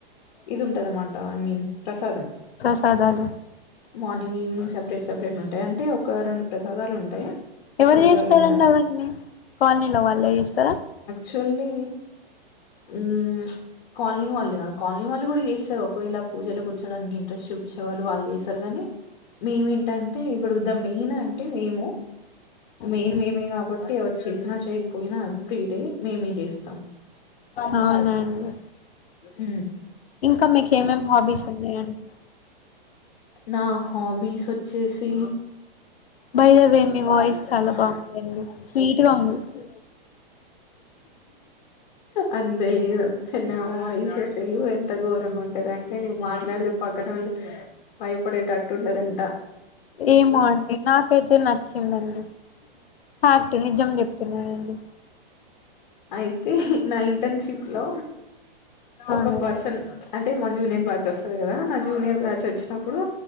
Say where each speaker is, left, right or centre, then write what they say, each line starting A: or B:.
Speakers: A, on the left; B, on the left.
A: ఇది ఉంటద అమాట ఐ మీన్ ప్రసాదం
B: ప్రసాదాలు
A: మార్నింగ్ ఈవినింగ్ సపరేట్ సపరేట్ ఉంటాయి అంటే ఒక రెండు ప్రసాదాలు ఉంటాయి
B: ఎవరు
A: ఒక రోజు
B: చేస్తారండి
A: అలంగారు
B: అవన్నని కాలనీలో వాళ్ళే చేస్తారా
A: చిలి హా ఉ కాలనీ వాళ్ళు కాలనీ వాళ్ళు కూడా చేస్తారు ఒకవేళ పూజలో కూర్చోడానికి ఇంట్రెస్ట్ చూపించేవాళ్ళు వాళ్ళు చేశారుగాని మేముేంటంటే ఇప్పుడు వద్దా మెయిన్ అంటే మేము మెయిన్
B: అవును.
A: మేమే కాబట్టి ఎవరు చేసినా చేయకపోయినా ఎవ్రీ డే మేమే జేస్తాం.
B: అవునండి
A: ఊ
B: ఇంకా మీకు ఏమేం హాబీస్ ఉన్నాయండి
A: నా హాబీస్ వచ్చేసి
B: బై ద వే మీ వాయిస్
A: <unintelligible>
B: చాలా బాగుందండి స్వీట్ గా ఉంది
A: అంతే లేదు నా వాయిస్ అసలు ఎంత ఘోరంగా ఉంటది అంటే నీవు మాట్లాడతే పక్క వల్ భయపడేటట్టు ఉండదంట
B: ఏమో అండి నాకైతే నచ్చిందండి ఫ్యాక్ట్ నిజం చెప్తున్నానండి
A: అయితే నా ఇంటర్న్షిప్ లో ఒక
B: అవునండి
A: పర్సన్ అంటే మా జూనియర్ బ్యాచ్ వస్తుంది కదా నా జూనియర్ బ్యాచ్ వచ్చినప్పుడు